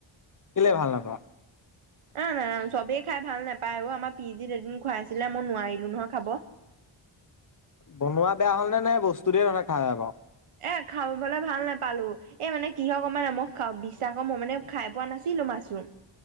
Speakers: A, on the left; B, on the right.
A: কেলে ভাল নাপা
B: অ নাজান চবেই খাই ভাল নাপায় অ আমাৰ পি জিত এদিন খুৱাই আছিলে মই নোৱাৰি আু নহোৱা খাব
A: বনোৱা বেয়া হ'ল নে বস্তুতেই ধৰে খ হয় বু
B: এ খাবাবলৈ ভাল নোপালো এ মানে কিহৰ ক মানে মই বিশ্বাস মই মানে খাই পোৱা নাছিলো মাছো